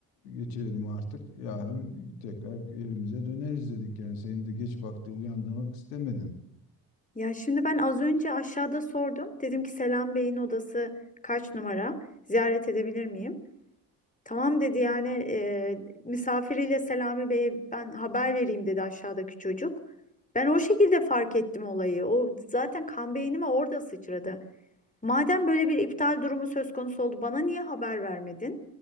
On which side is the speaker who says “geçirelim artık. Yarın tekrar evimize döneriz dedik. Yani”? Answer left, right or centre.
Left